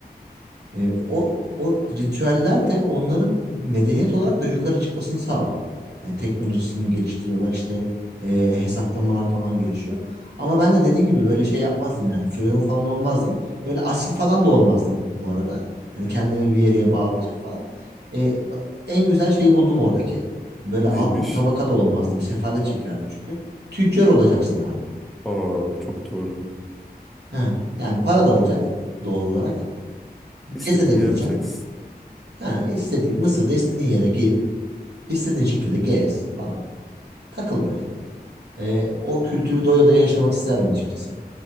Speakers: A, on the right; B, in the centre.
A: e, o o ritüeller de onların medeniyet olarak da yukarı çıkmasını sağlıyor. E, teknolojisini geliştiriyorlar işte e, hesaplamalar falan gelişiyor. Ama ben de dediğin gibi böyle şey yapmazdım yani firavun falan olmazdım. Böyle asil falan da olmazdım bu arada. Hani kendimi bir yere bağlayacak falan. E, en güzel şeyi buldum oradaki. Böyle
B: neymiş?
A: alt tabaka da olmazdım. Sefalet çekerdim çünkü. Tüccar olacaksın abi.
B: Aa çok doğru.
A: He, yani para da olacak doğal olarak.
B: İstediğini
A: Gezedebileceksin.
B: yapacaksın.
A: Ha, istediğin Mısır'da istediğin yere git. istediğin şekilde gez falan. Takıl böyle. Ee, o kültürü doya doya yaşamak isterdim açıkçası.